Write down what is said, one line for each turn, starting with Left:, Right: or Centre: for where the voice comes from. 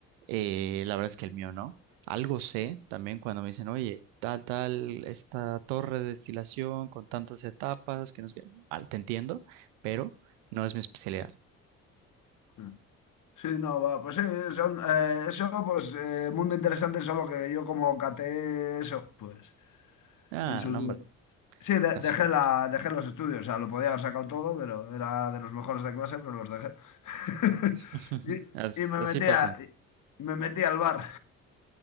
Right: eh, la verdad es que el mío no. Algo sé también cuando me dicen, oye, tal, tal, esta torre de destilación con tantas etapas, que no sé qué". Al- te entiendo, pero no es mi especialidad.
Left: mm. Sí, no, va, pues sí, son, eh, eso, pues eh, mundo interesante, solo que yo como caté eso, pues
Right: Ah,
Left: en su
Right: no,
Left: día.
Right: hombre,
Left: Sí, de-
Right: así,
Left: dejé la, dejé los estudios, o sea, lo podía haber sacado todo, pero era de los mejores de clase, pero los dejé. <laughs>
Right: <laughs>
Left: Y,
Right: as-
Left: y me
Right: así
Left: metía,
Right: pasa.
Left: me metí al bar.